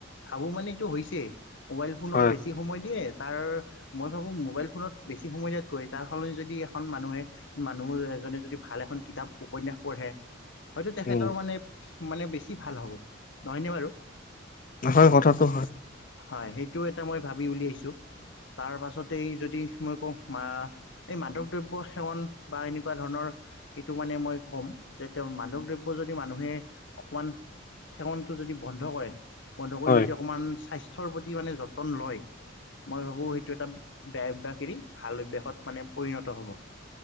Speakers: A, on the left (about 65°); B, on the left (about 40°).
A: ভাবোঁ মানে এইটো হৈছে। মোবাইল ফোনত
B: হয়
A: বেছি সময় দিয়ে। তাৰ মই ভাবোঁ মোবাইল ফোনত বেছি সময় দিয়াতকৈ তাৰ সলনি যদি এখন মানুহে মানুহ এজনে যদি ভাল এখন কিতাপ উপন্যাস পঢ়ে। হয়তো তেখেতৰ
B: উম
A: মানে, মানে বেছি ভাল হ'ব নহয়নে বাৰু?
B: হয় কথাটো হয়
A: হয় সেইটোও এটা মই ভাবি উলিয়াইছোঁ তাৰ পাছতেই যদি মই কও মা এই মাদক দ্ৰব্য সেৱন বা এনেকুৱা ধৰণৰ এইটো মানে মই ক'ম যে তেওঁ মাদক দ্ৰব্য যদি মানুহে অকণমান সেৱনটো যদি বন্ধ কৰে বন্ধ কৰি
B: হয়
A: যদি অকণমান স্বাস্থ্য প্ৰতি মানে যতন লয় মই ভাবোঁ সেইটো এটা বেয়া অভ্যাস এৰি ভাল অভ্যাসত মানে পৰিণত হ'ব।